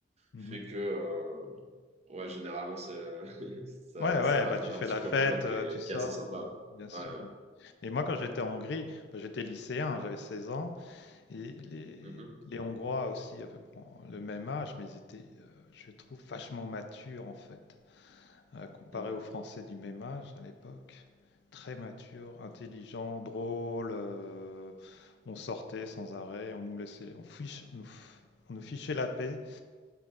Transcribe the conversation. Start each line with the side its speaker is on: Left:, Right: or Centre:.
Left: Mhm.
Right: fait que, euh, Ouais, généralement, c'est, <laughs> ça,
Left: Ouais, ouais,
Right: ça rajoute
Left: bah tu fais
Right: un petit
Left: la
Right: folklore
Left: fête, euh,
Right: qui est,
Left: tu sors,
Right: qui est assez sympa.
Left: euh, bien sûr.
Right: hein.
Left: Et moi, quand j'étais en Hongrie, bah, j'étais lycéen, j'avais 16 ans. Et les,
Right: Ouais. Mhm.
Left: les Hongrois aussi, à peu près le même âge, mais ils étaient, euh, je trouve, vachement matures en fait, euh, comparé
Right: Ok.
Left: aux Français du même âge à l'époque. Très matures, intelligents, drôles. euh, on sortait sans arrêt, on nous laissait, on, fiche- on nous, f- on nous fichait la paix